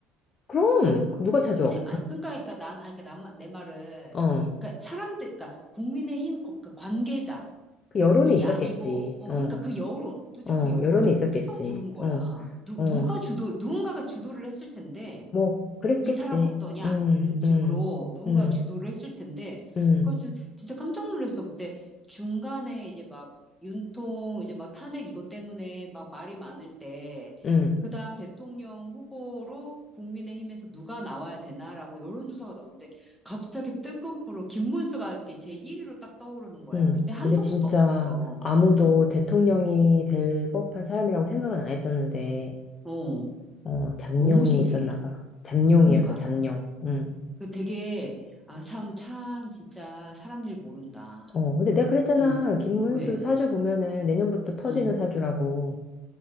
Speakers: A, on the left; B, in the centre.
A: 그럼! 그럼 누가 찾아?
B: 그냥, 아, 그러니까, 그러니까 난, 아, 그러니까 나, 내 말은,
A: 어.
B: 그러니까 사람들, 그러니까 국민의힘 거- 그 관계자,
A: 그 여론이
B: 이게
A: 있었겠지.
B: 아니고, 어,
A: 어.
B: 그러니까 그 여론, 도대체
A: 어.
B: 그 여론이
A: 여론이
B: 어디서
A: 있었겠지.
B: 부른 거야?
A: 어.
B: 누,
A: 어.
B: 누가 주도, 누군가가 주도를 했을 텐데,
A: 뭐, 그랬겠지.
B: 이 사람 어떠냐?
A: 음,
B: 뭐 이런 식으로
A: 음,
B: 누군가
A: 음,
B: 주도를 했을 텐데,
A: 음,
B: 그걸 진- 진짜 깜짝 놀랐어. 그때 중간에 이제 막 윤통, 이제 막 탄핵 이것 때문에 막 말이 많을 때,
A: 음,
B: 그 다음 대통령 후보로 국민의힘에서 누가 나와야 되나라고 여론조사가 나오는데, 갑자기 뜬금포로 김문수가 이렇게 제1위로 딱 떠오르는 거야.
A: 음.
B: 그때 한덕수도
A: 근데 진짜
B: 없었어.
A: 아무도
B: 응.
A: 대통령이 될 법한 사람이라고 생각은 안 했었는데,
B: 어,
A: 어, 잡룡이
B: 너무 신기해.
A: 있었나 봐. 잡룡이었어,
B: 그러니까.
A: 잡룡. 음.
B: 그 되게, 아, 참, 참, 진짜 사람 일 모른다.
A: 어, 근데 내가 그랬잖아.
B: 어
A: 김문수
B: 왜?
A: 사주 보면은 내년부터 터지는
B: 응.
A: 사주라고.